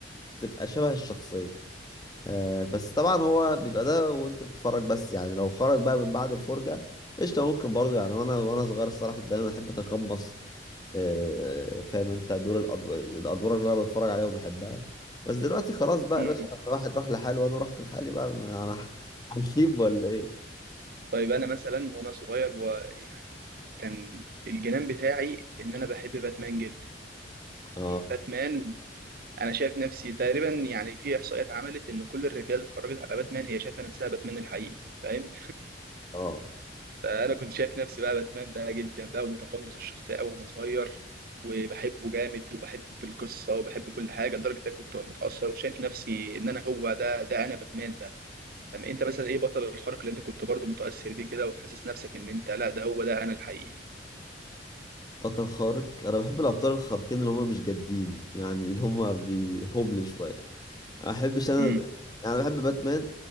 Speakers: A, on the left; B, on the right.
A: تبقى شبه الشخصيه آه بس طبعا هو بيبقى ده وانت بتتفرج بس يعني لو خرج بقى من بعد الفرجه قشطه ممكن برضه يعني وانا وانا صغير الصراحه كنت دايما احب اتقمص آه فاهم انت دور الأدو... الادوار اللي انا بتفرج عليها وبحبها بس دلوقتي خلاص بقى
B: امم
A: يا باشا الواحد راح لحاله وانا رحت لحالي بقى <laughs> انا هنسيب ولا ايه
B: طيب انا مثلا وانا صغير ويعني كان الجنان بتاعي ان انا بحب باتمان جدا
A: اه
B: باتمان انا شايف نفسي تقريبا يعني في احصائيات عملت ان كل الرجاله اللي اتفرجت على باتمان هي شايفه نفسها باتمان الحقيقي فاهم
A: اه
B: فانا كنت شايف نفسي بقى باتمان بقى جدا بقى ومتقمص الشخصيه قوي وانا صغير وبحبه جامد وبحب القصه وبحب كل حاجه لدرجه ان أنا كنت متاثر وشايف نفسي ان انا هو ده ده انا باتمان ده طب انت مثلا ايه بطل الخارق اللي انت كنت برضه متاثر بيه كده وحاسس نفسك ان انت لا ده هو ده انا الحقيقي
A: بطل خارق انا بحب الابطال الخارقين اللي هم مش جادين يعني اللي هم بيهبل شويه ما بحبش انا
B: امم
A: يعني أنا بحب باتمان